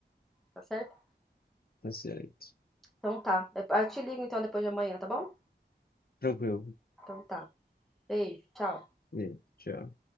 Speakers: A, in the centre; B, on the left (about 55°).
A: tá certo?
B: tá certo.
A: Então tá. Eu te ligo então depois de amanhã, tá bom?
B: Tranquilo.
A: Então tá. Beijo, tchau.
B: Beleza, Tchau.